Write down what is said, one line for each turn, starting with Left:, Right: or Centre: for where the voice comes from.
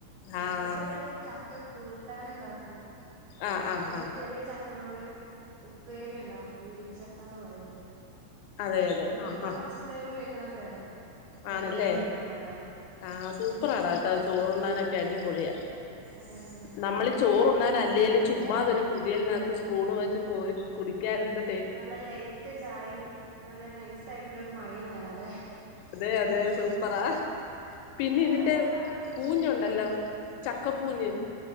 Left: ആഹ്
Right: ഞങ്ങളിവിടെ ച ക്ക കൂട്ടാനെണ്ടാക്കും
Left: ആഹ് ആഹ്
Right: പിന്നെ
Left: ആഹ്
Right: ചെറിയ ചക്കനോട് ഉപ്പേരി ഇണ്ടാക്കും ഇടിച്ചക്കാന്ന് പറയും ഇവിടെ
Left: അതെ അതെ
Right: ഇതിപ്പോ
Left: ആഹ് ആഹ്
Right: ഫസ്റ്റ് ടൈം കേക്കണ പേരാ ഒന്ന്
Left: ആണല്ലേ
Right: ട്രൈ ചെയ്ത് നോക്കണം ഏതാലും
Left: ആഹ് സൂപ്പറാട ട്ടോ ചോറ്ണ്ണാനൊക്കെ അടിപൊളിയാ
Right: ഏഹ്
Left: നമ്മളി ചോറുണ്ണാൻ അല്ലേലും ചുമ്മാതൊരു കുഴിയലിനകത്ത് സ്പൂണ് വെച്ച് കോരി കുടിക്കാൻ എന്ത്‌
Right: നല്ല ലൈറ്റ് ചായയും നല്ല നൈസ് ആയിട്ടുള്ള ഒരു മഴയും വേണം അല്ലേ
Left: അതെ അതെ സൂപ്പറാ പിന്നെ
Right: വേറെന്താ
Left: ഇതിന്റെ
Right: പാടാ സ്പെഷ്യല്
Left: കൂഞ്ഞുണ്ടല്ലോ ചക്കപ്പൂഞ്ഞ്